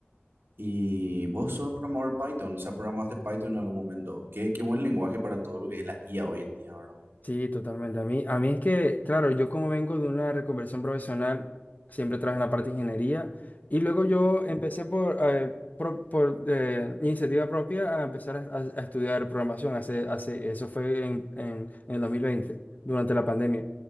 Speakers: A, on the right; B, on the left.
A: Y vos sos programador Python, o sea, programaste Python en algún momento. Qué, qué buen lenguaje para todo lo que es la IA hoy en día, ¿verdad?
B: Sí, totalmente. A mí, a mí es que, claro, yo como vengo de una reconversión profesional, siempre trabajé en la parte de ingeniería y luego yo empecé por, eh, pro- por, eh, iniciativa propia a empezar a, a- a estudiar programación. Hace, hace, eso fue en, en, en el 2020, durante la pandemia.